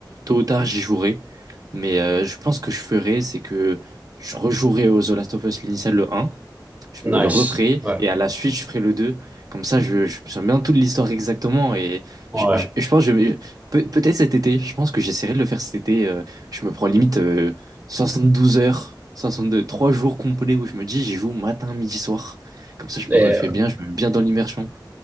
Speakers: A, on the right; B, on the right.
A: tôt ou tard, j'y jouerai. Mais euh, je pense que je ferai, c'est que je rejouerai au The Last of Us l'initial, le un Je
B: Nice.
A: me le referai
B: Ouais,
A: et à la suite, je ferai le deux Comme ça, je, je me souviens bien toute l'histoire exactement. Et
B: ouais.
A: je, je, je pense, que je, peut- peut-être cet été, je pense que j'essaierai de le faire cet été. euh, je me prends limite euh, douze heures, 62 3 jours complets où je me dis, j'y joue matin, midi, soir. Comme ça, je me
B: Et,
A: refais bien, je me mets bien dans l'immersion.